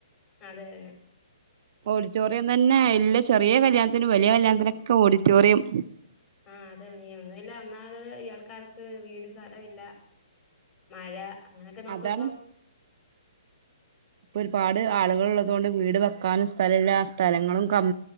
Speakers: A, on the left; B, on the right.
A: അതെ അതെ
B: ഓഡിറ്റോറിയം തന്നെ എല്ല ചെറിയ കല്യാണത്തിനും വലിയ കല്യാണത്തിനൊക്കെ ഓഡിറ്റോറിയം.
A: ആഹ് അത നീ ഒന്നു ഇല്ല ഒന്നാമത് ഇയാൾക്കാർക്ക് വീട് സ്ഥലം ഇല്ല മഴ അങ്ങനെയൊക്കെ നോക്കുമ്പോ
B: അതാണ് ഇപ്പോ ഒരുപാട് ആളുകളള്ളതോണ്ട് വീട് വെക്കാനും സ്ഥലല്ല ആ സ്ഥലങ്ങളും കം